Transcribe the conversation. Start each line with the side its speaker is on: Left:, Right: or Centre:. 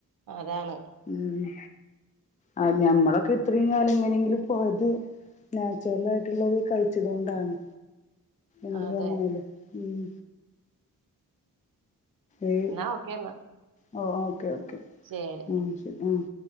Right: അതാണ്
Left: ഉം ആഹ് ഞമ്മളൊക്കെ ഇത്രയും കാലം ഇങ്ങനെയെങ്കിലും പോയത് നാച്ചുറൽ ആയിട്ടുള്ളത് കഴിച്ചത് കൊണ്ടാണ് എന്ത്
Right: അതെ
Left: പറഞ്ഞാലും ഉം ഏഹ്
Right: ന്നാ ഓക്കേന്നാ
Left: ഓ ഓക്കെ ഓക്കെ
Right: ശരി
Left: ഉം ശരി ആഹ്